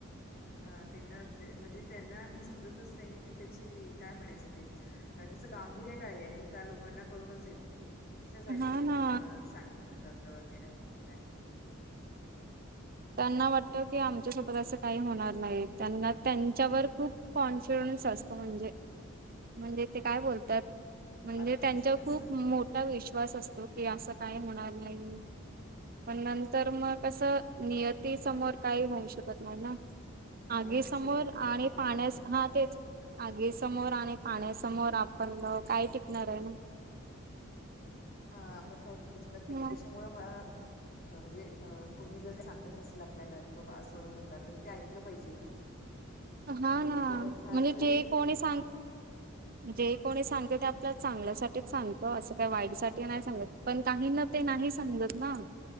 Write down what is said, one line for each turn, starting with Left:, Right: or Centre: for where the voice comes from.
Left: हा त्यांना म्हणजे त्यांना हे समजतच नाही की त्याची काय म्हणायचं ते त्याचं गांभीर्य काय आहे त्या लोकांना कळूनच येत नाही कशासाठी
Right: हा
Left: हे
Right: ना
Left: अ सांगितले जातं वगैरे हे ते काय
Right: त्यांना वाटत की आमच्यासोबत असं काही होणार नाही त्यांना त्यांच्यावर खूप कॉन्फिडन्स असतो म्हणजे म्हणजे ते काय बोलतात म्हणजे
Left: आत्मविश्वास
Right: त्यांच्या खूप मोठ विश्वास असतो की असं काय होणार नाही पण नंतर मग असं नियती समोर काही होऊ शकत नाही ना
Left: हा
Right: आगी
Left: निसर्गाच्या
Right: समोर
Left: पुढं
Right: आणि पाण्या
Left: काही नाही
Right: हा
Left: चालत
Right: तेच
Left: हा
Right: आगी समोर आणि पाण्यासमोर आपण काय टिकणार आहे ना
Left: हा आपण काही करू शकत
Right: ना.
Left: नाहीये त्याच्यामुळं मला म्हणजे कुणी जर सांगत असेल आपल्याला कि बाबा सवरू नका तर ते ऐकलं पाहिजे आणि
Right: हा ना
Left: थोडं
Right: म्हणजे
Left: फार तरी
Right: जे कोणी सांग जे कोणी सांगते ते आपल्याला चांगल्यासाठीच सांगत असं काही वाईट साठी नाही सांगत पण काही ना ते नाही समजत ना